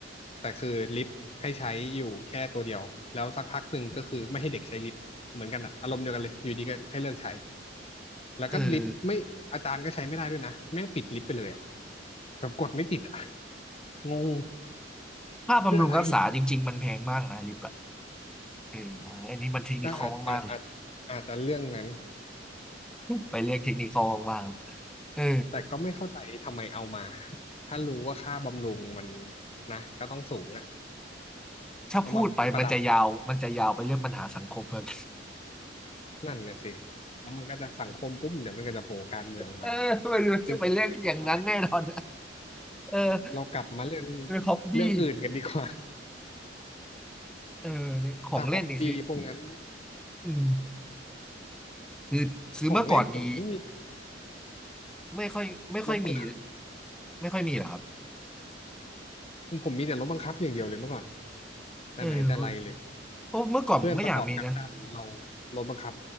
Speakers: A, on the left; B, in the centre.
A: แต่คือลิฟต์ให้ใช้อยู่แค่ตัวเดียวแล้วสักพักหนึ่งก็คือไม่ให้เด็กใช้ลิฟต์เหมือนกันอ่ะอารมณ์เดียวกันเลยอยู่ดีก็ให้เลิกใช้แล้วก็ลิฟต์ไม่อาจารย์ก็ใช้ไม่ได้ด้วยนะแม่งปิดลิฟต์ไปเลยอะ
B: เออ
A: แบบกดไม่ติดอ่ะงง
B: ค่าบำรุงรักษาจริงๆมันแพงมากนะลิปอะ
A: เพื่ออะไร
B: เอออันนี้มันเทคนิคอลมากๆเลย
A: ก็อาจอาจอาจอาจจะเรื่องนั้น
B: ไปเรื่องเทคนิคอลมากๆเลยเออ
A: แต่ก็ไม่เข้าใจทำไมเอามา ถ้ารู้ว่าค่าบำรุงมันนะก็ต้องสูงอ่ะ
B: ถ้าพูดไปมันจะยาว
A: เอามาประดับไว้ก่อน
B: มันจะยาวไปเรื่องปัญหาสังคมเลย
A: นั่นนะสิแล้วมันก็จะสังคมปุ๊บเดี๋ยวมันก็จะโผล่การเมืองมา
B: <laughs> เออมันจะไปเรื่องอย่างนั้นแน่นอน
A: ซึ่งจะไม่ค่อยดีเท่าไหร่
B: เออ
A: เรากลับมาเรื่อง
B: เป็นฮ็อบบี้
A: เรื่องอื่นกันดีกว่า
B: เออเนี่ยของเล่นนี่คือ
A: ถ้าฮอบบี้พวกนั้น
B: อืมคือคือเมื่อก่อนมี
A: ของเล่นผมไม่มี
B: ไม่ค่อยไม่ค่อยมี
A: รถบังคับ
B: ไม่ค่อยมีเหรอครับ
A: ผมมีแต่รถบังคับอย่างเดียวเลยเมื่อก่อนแต่ไหนแต่ไรเลย
B: เออเพราะเมื่อก่อนผมก็อยากมีนะ
A: เพื่อนประกอบกันดั้มเรารถบังคับ